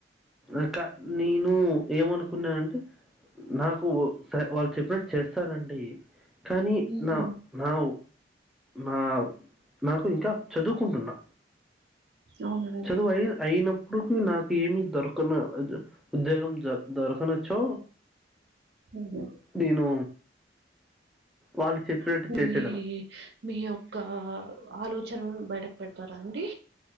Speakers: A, in the centre; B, on the right.
A: అకా నేను ఏమను కున్నానంటే నాకు వాళ్ళు చెప్పినట్టు చేస్తానండి కానీ
B: ఉమ్,
A: నా నా నా నాకు ఇంకా చదువుకుంటున్నా
B: అవునండి
A: చదువు అయి అయినప్పడుకి నాకు ఏమి దొరకన ఉద్యోగం దొ దొరకన చో
B: ఉమ్.
A: నేను వాళ్ళు చెప్పినట్టు
B: ఇప్పుడు
A: చేసేదను
B: మీ మీ యొక్క ఆలోచనను బయటకు పెడతారా అండి